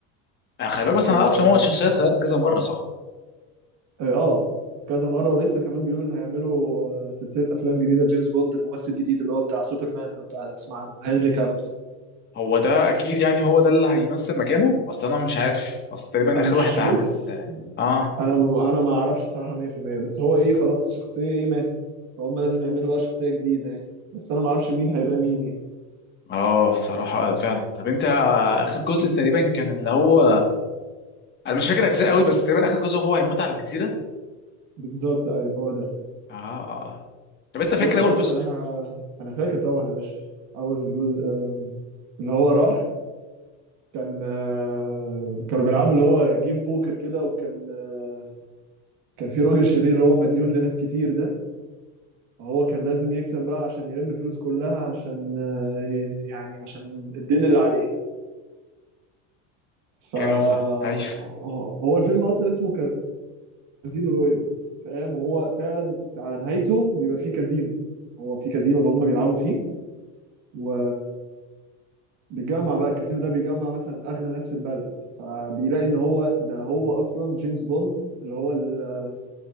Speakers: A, on the left (about 30°); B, on the right (about 55°).
A: آه، خلي بالك بس
B: اه,
A: انا عارف ان هو الشخصيات اتغيرت كذا مره صح
B: آه آه، كذا مره ولسه كمان بيقولوا ان هيعملوا آه، سلسله افلام جديده لجيمس بوند الممثل الجديد اللي هو بتاع سوبرمان لو تع- تسمع عنه هنري كافيل
A: هو ده اكيد يعني هو ده اللي هيمثل مكانه اصل انا مش عارف اصل تقريبا
B: انا
A: اخر
B: مش
A: واحد عمل
B: بص
A: ده اه
B: انا انا ما اعرفش بصراحه 100% بس هو ايه خلاص الشخصيه ايه ماتت فهم لازم يعملوا بقى شخصيه جديده يعني بس انا ما اعرفش مين هيبقى مين يعني
A: اه الصراحه فعلا طب انت آه، اخر جزء تقريبا كان اللي هو انا مش فاكر اجزاء قوي بس تقريبا اخر جزء هو هيموت على الجزيره
B: بالظبط ايوه هو ده
A: اه اه آه. طب انت فاكر
B: بص
A: اول
B: أنا
A: جزء
B: بصراحة انا فاكر طبعا يا باشا اول جزء آم، اللي هو راح كان آه، كانوا بيلعبوا اللي هو جيم بوكر كده وكان آه، كان في راجل شرير اللي هو مديون لناس كتير ده فهو كان لازم يكسب بقى عشان يلم الفلوس كلها عشان آه، ي- يعني عشان الدين اللي عليه ف آه،
A: حلو فا ايوه
B: هو الفيلم اصلا اسمه كازينو رويال فاهم وهو فعلا على نهايته بيبقى فيه كازينو هو في كازينو اللي هم بيلعبوا فيه و بيجمع بقى الكازينو ده بيجمع مثلا اغنى ناس في البلد فبيلاقي ان هو ده هو اصلا جيمس بوند اللي هو ال-